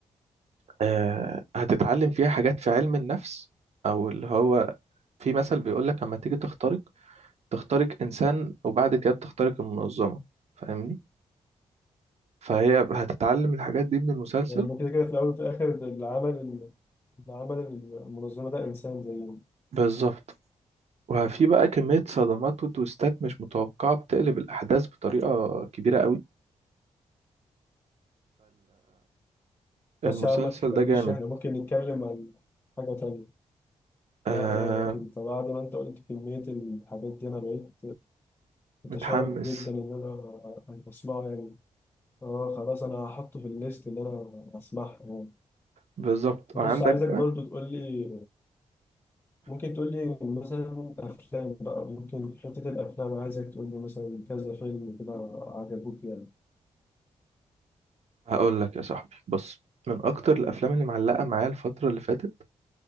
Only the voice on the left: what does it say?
لأن كده كده في الأول وفي الآخر اللي عمل اللي عمل المنظمة ده إنسان زيهم
بس يا عم ما تحرقليش
إحنا ممكن نتكلم عن حاجة تانية
لا لا أنا كنت بعد ما أنت قلت كمية الحاجات دي أنا بقيت متشوق
جدا إن أنا أسمعه يعني آه خلاص أنا هحطه في الليست إن أنا أسمعها يعني
بص
عايزك
برضو تقول لي ممكن تقول لي مثلا أفلام بقى ممكن في حتة الأفلام عايزك تقول لي مثلا كذا فيلم كده عجبوك يعني